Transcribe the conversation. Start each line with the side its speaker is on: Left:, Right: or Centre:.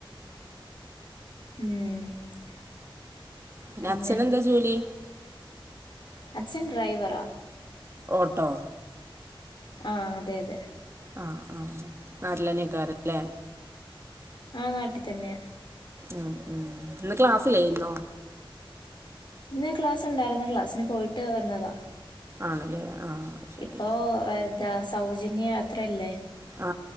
Left: ഉം
Right: ന്നെ
Left: പിന്നെ
Right: അച്ചനെന്താ ജോലി
Left: അച്ഛൻ ഡ്രൈവറാ
Right: ഓട്ടോ
Left: ആ അതെ അതെ
Right: ആ ആ നാട്ടിലെന്നെയ്ക്കാരംല്ലെ
Left: ആ നാട്ടിതന്നെ
Right: ഉ ഉ ഇന്ന് ക്ലാസ്സിലെയിന്നോ
Left: ഇന്ന് ക്ലാസ് ഉണ്ടായിരുന്നു ക്ലാസ്സിന് പോയിട്ട് വന്നതാ
Right: ആണല്ലേ ആഹ് ശരി
Left: ഇപ്പോ എന്താ സൗജന്യ യാത്രല്ലേ
Right: ആ